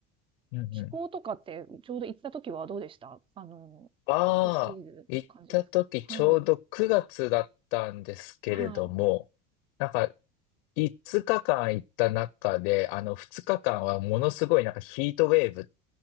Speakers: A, on the left; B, on the right.
A: うんうん。
B: 気候とかってちょうど行った時はどうでしたあの、
A: ああ、
B: 暑すぎるって感じですかはい。
A: 行った時ちょうど9月だったんですけれども、
B: はい。
A: なんか5日間行った中で、あの2日間はものすごいなんかヒートウェーブっ